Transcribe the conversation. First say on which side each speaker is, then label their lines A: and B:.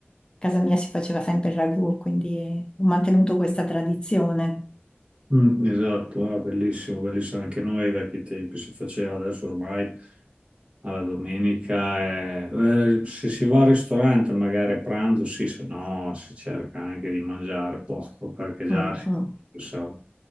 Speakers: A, on the left; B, on the right.
A: casa mia si faceva sempre il ragù, quindi ho mantenuto questa tradizione.
B: mm, esatto, ah, bellissimo, bellissimo. Anche noi ai vecchi tempi si faceva adesso ormai alla domenica. è- eh, se si va al ristorante, magari a pranzo, sì, se no si cerca anche di mangiare poco perché già
A: Mm,
B: si
A: mm.
B: sa.